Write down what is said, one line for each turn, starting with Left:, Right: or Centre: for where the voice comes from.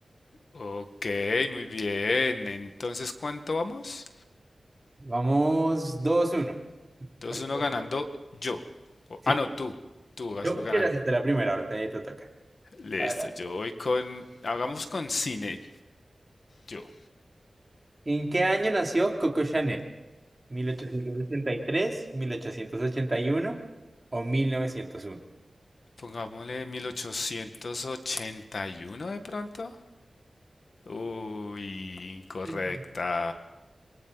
Left: Ok, muy bien. Entonces, ¿cuánto vamos?
Right: Vamos dos uno,
Left: Dos
Right: Porque
Left: uno ganando yo. O-
Right: sí.
Left: ah, no, tú. Tú vas
Right: Yo creo
Left: ganando.
Right: que era hasta la primera, ahora te, te toca.
Left: Listo,
Right: Ahora,
Left: yo voy con. Hagamos con cine, yo.
Right: ¿en qué año nació Coco Chanel? ¿1883, 1881 o 1901?
Left: Pongámosle 1881 de pronto. Uy, incorrecta.
Right: Mm.